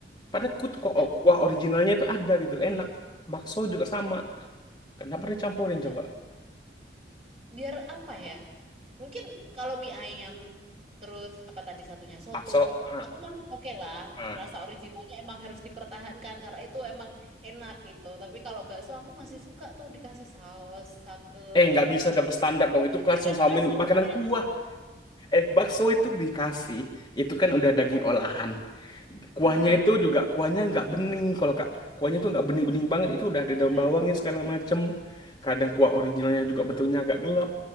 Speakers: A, on the left; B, on the right.
A: Padahal kutu kok
B: Ah,
A: kuah originalnya itu ada gitu, enak. Bakso juga sama. Kenapa dicampurin
B: ah.
A: coba?
B: Biar apa ya? Mungkin kalau mie ayam terus apa tadi satunya soto,
A: Bakso. Ah,
B: aku masih oke lah.
A: ah.
B: Rasa originalnya emang harus dipertahankan karena itu emang enak gitu. Tapi kalau bakso aku masih suka tuh dikasih saus, sambel,
A: Eh, nggak bisa
B: kecap.
A: double standar dong. Itu kan
B: Biar
A: sama
B: ada rasanya.
A: makanan kuah. Eh, bakso itu dikasih. Itu kan udah daging olahan. Kuahnya
B: Hmm.
A: itu juga kuahnya nggak bening kalau Kak. Kuahnya tuh nggak bening-bening banget. Itu udah ada
B: Ya.
A: daun bawangnya segala macem. Kadang kuah originalnya juga bentuknya agak gelap.